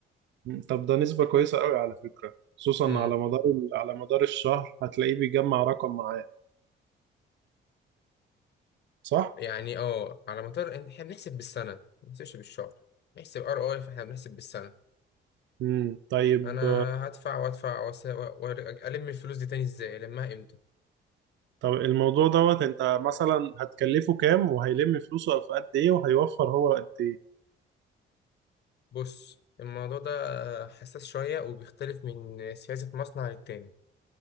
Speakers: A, on the right (about 65°); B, on the left (about 60°).
A: مم. طب ده نسبة كويسة قوي على فكرة خصوصا
B: امم.
A: على مدار على مدار الشهر هتلاقيه بيجمع رقم معاه صح؟
B: يعني اه على مدار إن- احنا بنحسب بالسنة ما بنحسبش بالشهر نحسب ار اي فاحنا بنحسب بالسنة
A: امم طيب
B: انا هدفع وادفع وأس- و- وأرجع- الم الفلوس دي تاني ازاي المها امتى
A: طب الموضوع دوت انت مثلا هتكلفه كام وهيلم فلوسه في قد ايه وهيوفر هو قد ايه؟
B: بص الموضوع ده حساس شوية وبيختلف من سياسة مصنع للتاني